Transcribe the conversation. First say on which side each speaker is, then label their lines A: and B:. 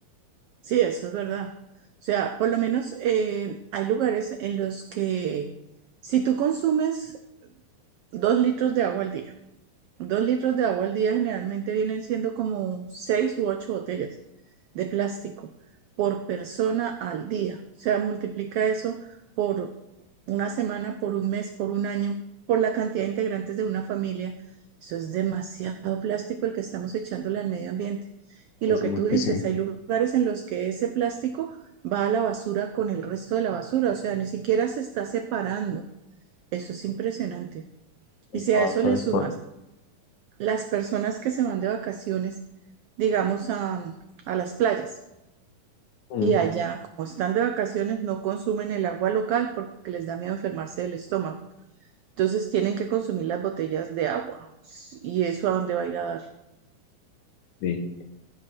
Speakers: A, on the right; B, on the left.
A: sí, eso es verdad. O sea, por lo menos eh, hay lugares en los que si tú consumes Dos litros de agua al día. Dos litros de agua al día generalmente vienen siendo como seis u ocho botellas de plástico por persona al día. O sea, multiplica eso por una semana, por un mes, por un año, por la cantidad de integrantes de una familia. Eso es demasiado plástico el que estamos echándole al medio ambiente. Y
B: Es
A: lo que
B: muchísimo.
A: tú dices, hay lugares en los que ese plástico va a la basura con el resto de la basura, o sea, ni siquiera se está separando. Eso es impresionante. Y
B: Estaba
A: si a eso
B: tal
A: le sumas
B: cual.
A: las personas que se van de vacaciones, digamos, a, a las playas
B: Mm,
A: y allá, como están de vacaciones, no consumen el agua local porque les da miedo enfermarse del estómago. Entonces tienen que consumir las botellas de agua. ¿Y eso a dónde va a ir a dar?
B: Sí.